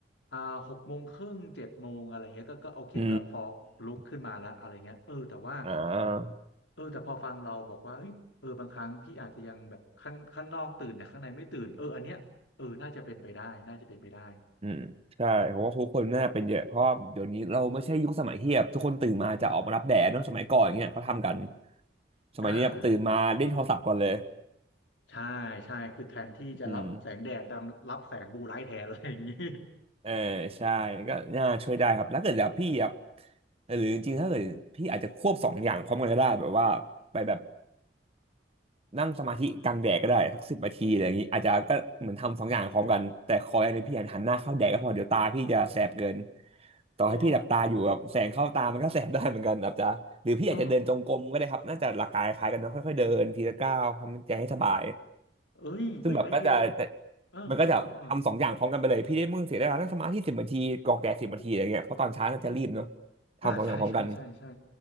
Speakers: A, on the left; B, on the right.
A: อ่าหกโมงครึ่งเจ็ดโมงอะไรเงี้ยก็ก็โอเคก็พอลุกขึ้นมาแล้วอะไรเงี้ยเออแต่ว่า
B: อืมอ่า
A: เออแต่พอฟังเราบอกว่าเฮ้ยเออบางครั้งพี่อาจจะยังแบบข้างข้างนอกตื่นแต่ข้างในไม่ตื่นเอออันเนี้ยเออน่าจะเป็นไปได้น่าจะเป็นไปได้
B: อืมใช่ผมว่าทุกคนน่าเป็นเยอะเพราะว่าเดี๋ยวนี้เราไม่ใช่ยุคสมัยที่แบบทุกคนตื่นมาจะออกมารับแดดเนอะสมัยก่อนเงี้ยเขาทำกันสมัยนี้แบบตื่นมาเล่นโทรศัพท์ก่อนเลย
A: อ่าใช่ใช่คือแทนที่จะรับแสงแดดดำรับแสงบลูไลท์แทนอะไรอย่างงี้
B: อืมเออใช่ก็น่าช่วยได้ครับแล้วเกิดแบบพี่ครับหรือจริงๆถ้าเกิดพี่อาจจะควบสองอย่างพร้อมกันก็ได้แบบว่าไปแบบ นั่งสมาธิกลางแดดก็ได้สักสิบนาทีอะไรอย่างนี้อาจจะก็เหมือนทำสองอย่างพร้อมกันแต่ขออย่างหนึงพี่หันหันหน้าเข้าแดดก็พอเดี๋ยวตาพี่จะแสบเกิน
A: <laughs>
B: ต่อให้พี่หลับตาอยู่แบบแสงเข้าตามันก็แสบได้เหมือนกันแบบจะหรือพี่อาจจะเดินจงกรมก็ได้ครับน่าจะหลักการคล้ายกันเนอะค่อยๆเดินทีละก้าวทำใจให้สบาย
A: อ๋อเออ เอ้ยเอ้ยไอเดีย
B: ซึ่งแบบก็จะจะ
A: เออเออเออเออ
B: มันก็จะทำสองอย่างพร้อมกันไปเลยพี่ได้มึงเสียเวลานั่งสมาธิสิบนาทีกรอกแดดสิบนาทีอะไรเงี้ยเพราะตอนเช้าน่าจะรีบเนาะทำสองอย่างพร้อมกัน
A: อ่าใช่ใช่ใช่ใช่